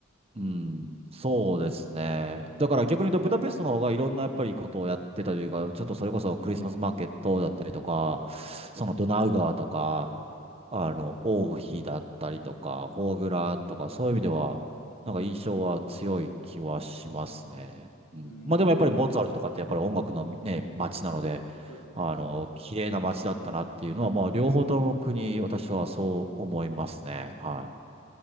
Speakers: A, on the right; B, on the left.
A: うん、そうですね。だから逆に言うと、ブダペストの方がいろんなやっぱりことをやってたというか、ちょっとそれこそクリスマスマーケットだったりとか、そのドナウ川とか、
B: はい。
A: あの、王妃だったりとか、フォーグラとか、そういう意味では、なんか印象は強い気はしますね。うん、
B: うーん、
A: まあでもやっぱりモーツァルトとかってやっぱり音楽のね、街なので、
B: そうですよね。
A: あの、綺麗な街だったなっていうのは、まあ両方とも国、私はそう思いますね。はい。